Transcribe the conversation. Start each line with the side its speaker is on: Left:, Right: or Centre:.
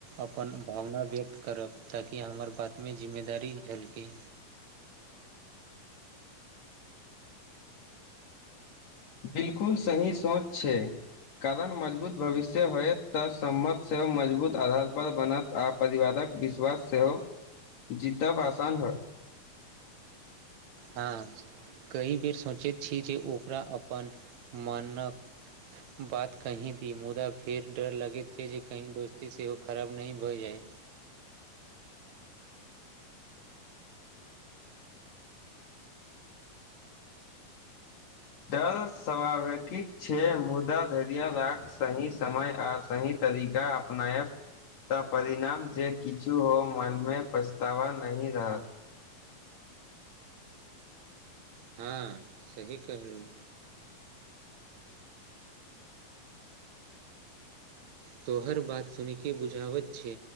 Right: अपन भावना व्यक्त करब ताकि हमर बातमे जिम्मेदारी झलकि
Left: बिल्कुल सही सोच छै कारण मजबूत भविष्य होयत तऽ सम्मत सेहो मजबूत आधार पर बनत आ परिवादक विश्वास सेहो जीतब आसान होय
Right: हँ कई बेर सोचैत छी जे ओकरा अपन मानक बात कही दी मुदा फेर डर लगैत छै जे कही दोस्ती सेहो खराब नहि भए जाय
Left: डर स्वावेकिक छै मुदा धैर्य राक सही समय आ सही तरीका अपनाइब तऽ परिणाम जे किछु हो मनमे पछतावा नहि रहत
Right: हँ सही केहलूँ तोहर बात सुनिके बुझावत छै